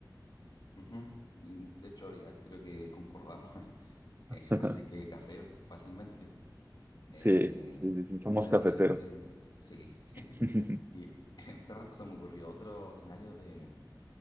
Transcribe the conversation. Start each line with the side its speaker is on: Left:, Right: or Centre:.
Left: ujú. Mm, de hecho, ya creo que concordamos. <laughs>
Right: <laughs>
Left: Eh, <laughs> así que café fácilmente.
Right: Sí,
Left: Eh,
Right: sí, sí, sí, somos
Left: mira,
Right: cafeteros.
Left: y en este, sí, <laughs>
Right: <laughs>
Left: y en esta se me ocurrió otro escenario de,